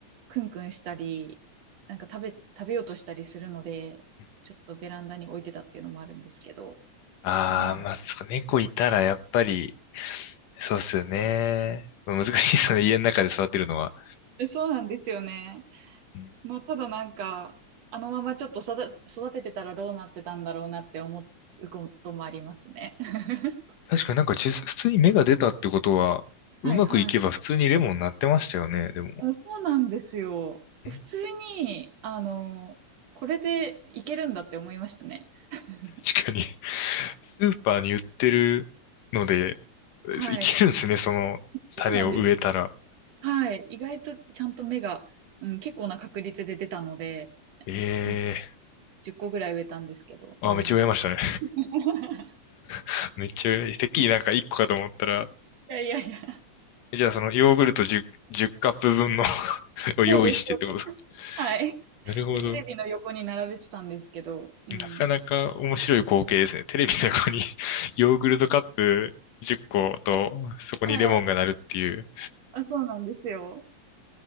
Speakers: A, on the right; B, on the left.
A: クンクンしたり、なんか食べ、食べようとしたりするので、
B: うん
A: ちょっとベランダに置いてたっていうのもあるんですけど。
B: ああ、
A: うん。
B: まあ、そう、猫いたらやっぱり、そうっすよね。まあ、難しいですよね、家の中で育てるのは。
A: えそうなんですよね。
B: うん
A: まあ、ただなんか、あのままちょっと育、育ててたらどうなってたんだろうなって思うこともありますね。<laughs>
B: 確かになんかちゅ、普通に芽が出たってことは、うまくいけば普通にレモンなってましたよね、
A: はいはい。
B: でも。
A: あそうなんですよ。
B: うん
A: 普通に、あの、これでいけるんだって思いましたね。<laughs>
B: <laughs> 確かに <laughs> スーパーに売ってるので、
A: はい。
B: いけるんですね、その種を植えたら。
A: そうなんです。はい。意外とちゃんと芽が、うん、結構な確率で出たので、
B: ええ
A: はい、10個ぐらい植えたんですけど。
B: あめっちゃ植えましたね。
A: うん。<laughs>
B: <laughs> めっちゃ植え、てっきりなんか一個かと思ったら、
A: いやいやいや、
B: じゃあそのヨーグルト1 10カップ分の <laughs> を用意してってことですか
A: そうです、そうです。はい。
B: <laughs> なるほど。
A: で、<laughs> テレビの横に並べてたんですけど、うん。
B: なかなか面白い光景ですね。テレビの横に <laughs> ヨーグルトカップ10個と、そこにレモンがなるっていう。
A: はい。あ、そうなんですよ。